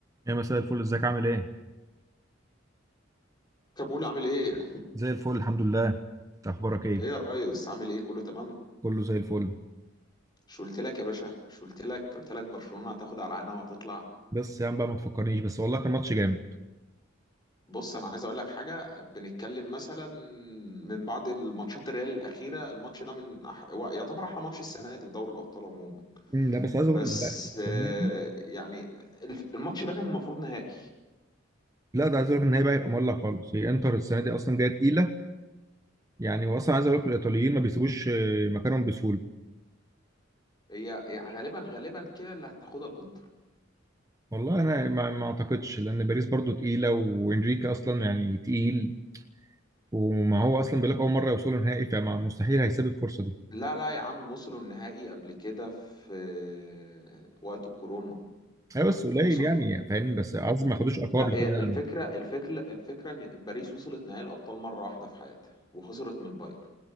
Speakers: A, on the right; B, on the left.
A: يا مساء الفل ازيك عامل ايه؟
B: كابول عامل ايه؟
A: زي الفل الحمد لله انت اخبارك ايه؟
B: ايه يا ريس عامل ايه كله تمام؟
A: كله زي الفل
B: مش قلت لك يا باشا؟ مش قلت لك قلت لك برشلونة هتاخد على عينها وهتطلع
A: بس يا عم بقى ما تفكرنيش بس والله كان ماتش جامد
B: بص انا عايز اقول لك حاجة بنتكلم مثلا من بعد الماتشات الريال الأخيرة الماتش ده من أح... هو يعتبر احلى ماتش السنة دي في دوري الأبطال عموما
A: مم، لا بس عايز
B: بس
A: اقول لا
B: آه،
A: السنة دي-
B: يعني الماتش ده كان المفروض نهائي
A: لا ده عايز اقول لك ان هي بقى هيبقى مولع خالص هي انتر السنه دي اصلا جايه تقيله يعني هو اصلا عايز اقول لك الايطاليين ما بيسيبوش آه، مكانهم بسهوله
B: هي يعني غالبا غالبا كده اللي هتاخدها الانتر
A: والله انا ما, ما اعتقدش لان باريس برضو تقيله وانريكي اصلا يعني تقيل وما هو اصلا بيقول لك اول مره يوصلوا نهائي فمستحيل هيسيب الفرصه دي
B: لا لا يا عم وصلوا النهائي قبل كده في آه، وقت الكورونا
A: هي بس قليل
B: وصل
A: يعني فاهم بس عايز ما خدوش اقوى
B: لا
A: قبل
B: هي
A: كده يعني
B: الفكرة الفكرة الفكرة إن باريس وصلت نهائي الأبطال مرة واحدة في حياتها وخسرت من البايرن